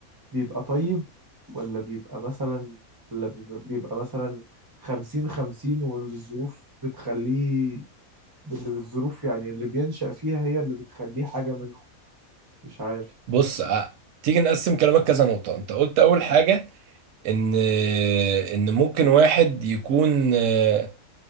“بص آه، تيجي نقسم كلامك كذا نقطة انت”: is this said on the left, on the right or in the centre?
Right